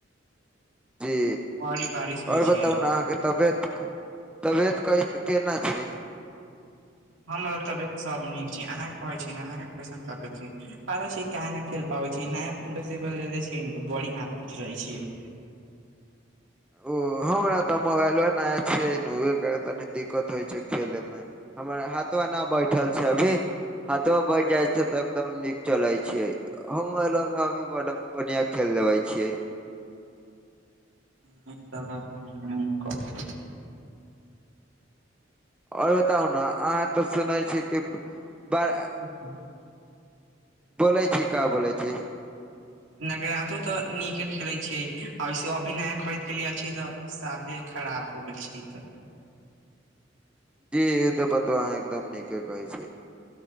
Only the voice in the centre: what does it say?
जी!
आओर
बताउ ने, अहाँके तबियत तबियत क केना छै?
ओ हमरा ते मोबाइल नया छछै नू, ओकर तनी दिक्कत। होइ छै खेले मे, हमर हाथो नहि बैठल छै अभी। हथवा बैठि जाइ छै, तऽ एकदम नीक! चलै छियै, हम अभी बड बढ़िआँ खेल लबै छियै।
आओर बताउ ने, अहाँ तऽ सुनै छी, कि बड़
बोलै छी, का बोलै छी।
जी ई तऽ बताउ अहा एकदम नीके कहै छी,